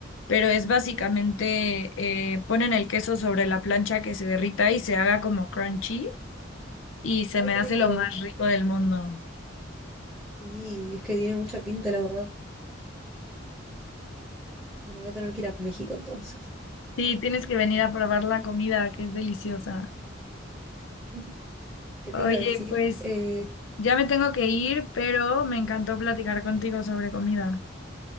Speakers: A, on the left; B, in the centre.
A: pero es básicamente,
B: Ujú.
A: eh, ponen el queso sobre la plancha que se derrita y se haga como crunchy y se
B: Ay,
A: me
B: qué
A: hace
B: rico.
A: lo más rico del mundo.
B: Sí, es que tiene mucha pinta, la verdad. Bueno, voy a tener que ir a México entonces.
A: Sí, tienes que venir a probar la comida, que es deliciosa.
B: <laughs> ¿Qué
A: Oye,
B: te iba a decir?
A: pues
B: Eh,
A: ya me tengo que ir, pero me encantó platicar contigo sobre comida.